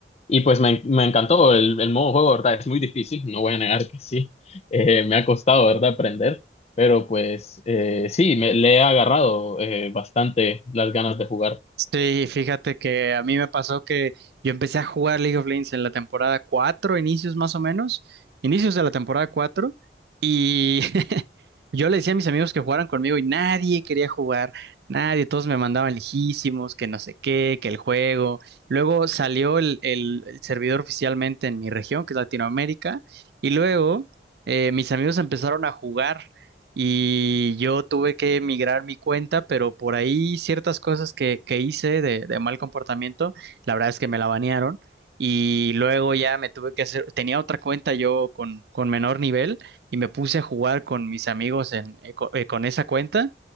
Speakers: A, on the left; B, on the right.
A: Y pues me, me encantó el, el modo juego, ¿verdad? Es muy difícil, no voy a negar que sí. Eh, me ha costado, ¿verdad? Aprender, pero pues eh, sí, me, le he agarrado eh, bastante las ganas de jugar.
B: Sí, fíjate que a mí me pasó que yo empecé a jugar League of Legends en la temporada 4 inicios más o menos, inicios de la temporada 4 y <laughs> yo le decía a mis amigos que jugaran conmigo y nadie quería jugar, nadie, todos me mandaban lejísimos, que no sé qué, que el juego. Luego salió el, el- el servidor oficialmente en mi región, que es Latinoamérica, y luego eh, mis amigos empezaron a jugar y yo tuve que migrar mi cuenta, pero por ahí ciertas cosas que, que hice de, de mal comportamiento, la verdad es que me la banearon y luego ya me tuve que hacer, tenía otra cuenta yo con, con menor nivel y me puse a jugar con mis amigos en, eh, co- eh, con esa cuenta